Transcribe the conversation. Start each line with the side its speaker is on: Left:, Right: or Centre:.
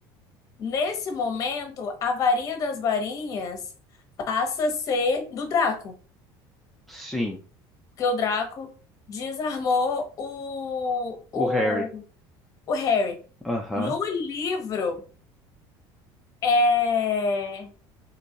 Left: Nesse momento, a varinha das varinhas passa a ser do Draco,
Centre: sim,
Left: porque o Draco desarmou o, o,
Centre: o Harry.
Left: o Harry.
Centre: Aham.
Left: No livro, é,